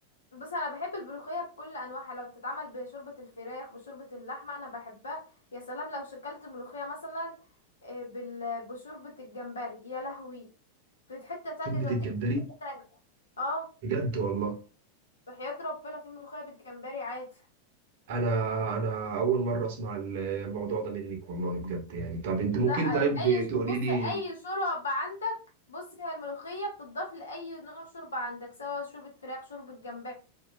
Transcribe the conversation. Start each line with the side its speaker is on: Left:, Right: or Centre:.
Left: بص انا بحب الملوخيه بكل انواعها لو بتتعمل بشوربه الفراخ بشوربه اللحمه انا بحبها يا سلام لو شكلت ملوخيه مثلا آه، بال- بشوربه الجمبري يا لهوي في حته تانية
Right: شوربة
Left: توديك
Right: الجمبري
Left: في حته تانية اه
Right: بجد والله
Left: بحياة ربنا في ملوخيه بالجمبري عادي
Right: انا انا اول مره اسمع الموضوع ده منك والله بجد يعني طب انت
Left: لا
Right: ممكن طيب
Left: اي شرب
Right: تقولي
Left: بص
Right: لي
Left: اي شوربة عندك بص هي الملوخية بتضاف لأي نوع شوربة عندك سواء شوربة فراخ شوربة جمبري